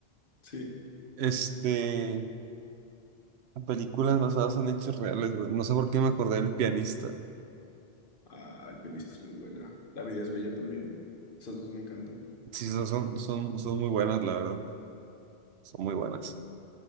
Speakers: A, on the left (about 55°); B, on the right (about 85°).
A: Sí.
B: Este, películas basadas en hechos reales, güey. No sé por qué me acordé del pianista. güey.
A: Ah, el pelista es muy buena. La vida es bella también. Esas dos me encantan.
B: Sí, son, son, son, son muy buenas, la verdad. Son muy buenas.